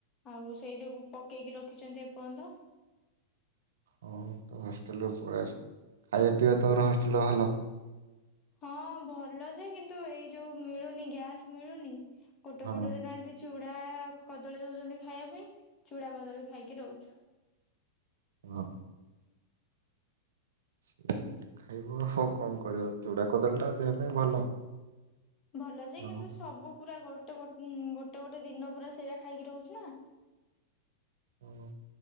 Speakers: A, on the left (about 30°); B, on the right (about 70°).
A: ଆଉ ସେଇ ଯୋଗୁ ପକେଇକି ରଖିଚନ୍ତି ଏପର୍ଯ୍ୟନ୍ତ।
B: ହଁ ତୋ ହଷ୍ଟେଲରୁ ପଳେଇଆସ। ଖାଇବା ପିଇବା ତୋର ହଷ୍ଟେଲ ଭଲ।
A: ହଁ ଭଲ ଯେ କିନ୍ତୁ ଏଇ ଯୋଉ ମିଳୁନି ଗ୍ୟାସ ମିଳୁନି କୋଟେ
B: ହଁ
A: କୋଟ ଦ ଏନ୍ତି ଚୁଡ଼ା କଦଳୀ ଦୋଉଚନ୍ତି ଖାଇବା ପାଇଁ। ଚୁଡ଼ା କଦଳୀ ଖାଇକି ରଉଚୁ‌।
B: ହଁ ସେମିତି ଖାଇବ ଆଉ କଣ କରିବ ଚୁଡ଼ା କୋଦଳୀଟା ଦେବା ପାଇଁ ଭଲ।
A: ଭଲ ଯେ
B: ହଁ
A: କିନ୍ତୁ ସବୁ ପୁରା ଗୋ ଗୋଟେ ଗୋ ଉଁ ଗୋଟେ ଗୋଟେ ଦିନ ପୁରା ସେଇଟା ଖାଇକି ରହୁଚୁ ନାଁ।
B: ଉଁ